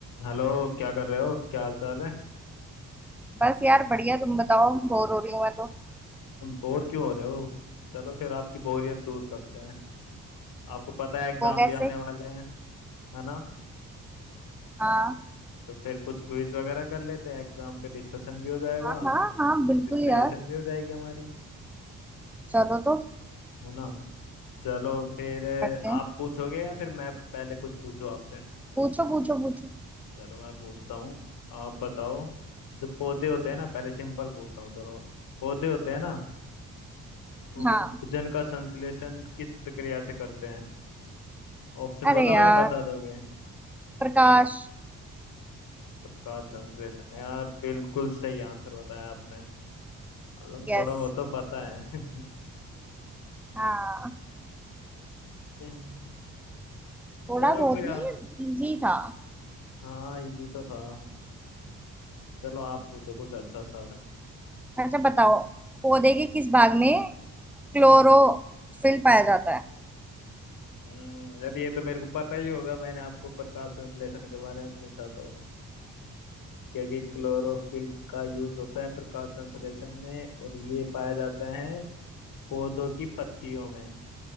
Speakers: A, on the left; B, in the centre.
A: Hello क्या कर रहे हो क्या हाल चाल है
B: बस यार बढ़िया तुम बताओ बोर हो रही हूँ मैं तो
A: बोर क्यों हो रहे हो चलो फिर आपकी बोरियत दूर करते हैं आपको पता है एग्जाम
B: वो कैसे
A: भी आने वाले हैं है ना
B: हाँ
A: तो फिर कुछ क्विज वगैरह कर लेते हैं एग्जाम पे डिस्कशन भी हो जाएगा
B: हाँ हाँ हाँ बिल्कुल
A: प्रिपरेशन
B: यार
A: भी हो जाएगी हमारी
B: चलो तो
A: है ना चलो फिर अ,
B: करते हैं
A: आप पूछोगे या फिर मैं पहले कुछ पूछूं आपसे
B: पूछो पूछो पूछो
A: चलो मैं पूछता हूँ आप बताओ जो पौधे होते हैं ना पहले सिंपल पूछता हूँ चलो पौधे होते हैं ना वो
B: हाँ
A: भोजन का संश्लेषण किस प्रक्रिया से करते हैं ऑप्शन
B: अरे
A: बताऊं
B: यार
A: या बता दोगे
B: प्रकाश
A: प्रकाश संश्लेषण यार बिल्कुल सही आंसर बताया आपने मतलब
B: यस
A: थोड़ा बहुत तो पता है <laughs>
B: हाँ
A: हम्म,
B: थोड़ा
A: चलो
B: बहुत
A: फिर
B: नहीं
A: आ-
B: इजी था
A: हाँ इजी तो था चलो आप पूछो कुछ अच्छा सा
B: अच्छा बताओ पौधे के किस भाग में क्लोरोफिल पाया जाता है
A: हम्म यार ये तो मेरे को पता ही होगा मैंने आपको प्रकाश संश्लेषण के बारे में पूछा तो क्योंकि क्लोरोफिल का यूज होता है प्रकाश संश्लेषण में और ये पाया जाता है पौधों की पत्तियों में